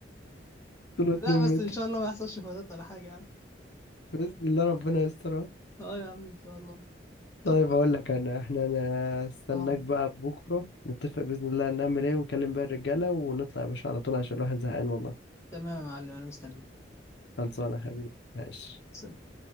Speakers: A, on the left (about 70°); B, on the left (about 15°).
A: طوله 2
B: لا بس
A: متر
B: ان شاء الله ما يحصلش فضات ولا حاجه يعني
A: بإذن الله ربنا يسترها
B: اه يا عم ان شاء الله
A: طيب
B: طب بقول
A: هقول
B: لك
A: لك
B: إيه؟
A: انا احنا انا استناك
B: اه
A: بقى بكرة نتفق بإذن الله هنعمل ايه ونكلم بقى الرجالة ونطلع يا باشا على طول عشان الواحد زهقان والله
B: تمام يا معلم انا مستني
A: خلصانة يا حبيبي ماشي
B: سلام.